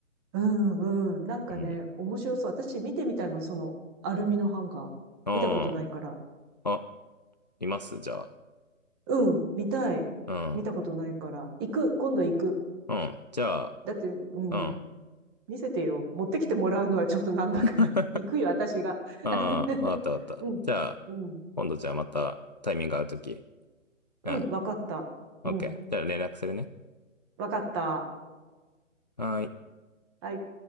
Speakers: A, on the right (about 20°); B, on the left (about 35°).
A: うんうん。なんかね、
B: うん。
A: 面白そう。私見てみたいもん、そのアルミのハンガー。
B: あ
A: 見たことないから。
B: あ、あ、いますじゃあ。
A: うん、見たい。
B: うん。
A: 見たことないから。行く、今度行く。
B: うん。じゃあ、
A: だって、うん、
B: うん。
A: 見せてよ。持ってきてもらうのはちょっとなんだから。
B: <laughs>
A: <laughs> 行くよ、私が。<laughs>
B: ああ、わかったわかった。
A: うん、
B: じゃあ、
A: うん、
B: 今度じゃあまたタイミング合うとき。
A: うん、
B: うん。
A: わかった。
B: オッケー。
A: うん、
B: じゃあ連絡するね。
A: わかった。
B: はーい。
A: はい。